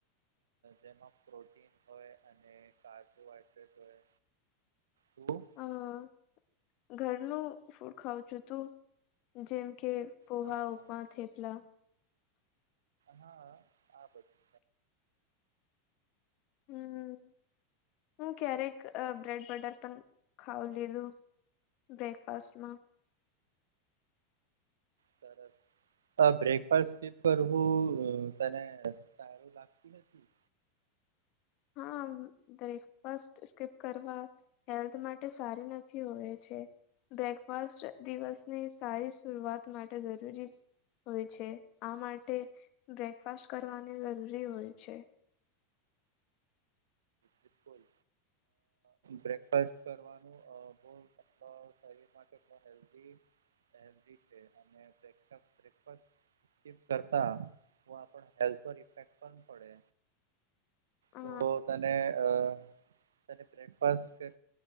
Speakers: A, on the right (about 80°); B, on the left (about 50°).
A: જેમાં પ્રોટીન હોય અને કાર્બોહાઈડ્રેટ હોય. હલો.
B: હ ઘરનું ફૂડ ખાઉં છું તું. જેમ કે પોહા
A: હા
B: ઉપા થેપલા.
A: હા આ બધી.
B: હમ હું ક્યારેક બ્રેડ બટર પણ ખાવ લીધું. બ્રેકફાસ્ટમાં.
A: સર બ્રેકફાસ્ટ કરું હુ તને. એ લાગતી નથી.
B: હા બ્રેકફાસ્ટ સ્કીપ કરવા. હેલ્થ માટે સારી નથી હોય છે. બ્રેકફાસ્ટ દિવસની સારી શરૂઆત માટે જરૂરી. હોય છે આ માટે બ્રેકફાસ્ટ કરવાની જરૂરી હોય છે.
A: બિલકુલ બ્રેકફાસ્ટ કરવાનું બહ. કેટ શરીરમાં કેટ હેલ્ધી હેલ્ધી છે. અને બ્રેકફાસ્ટ બ્રેકફાસ્ટ. કરતા તો આપણા હેલ્થ પર ઇફેક્ટ પણ પડે.
B: અ
A: તો તને. જ્યારે બ્રેકફાસ્ટ કે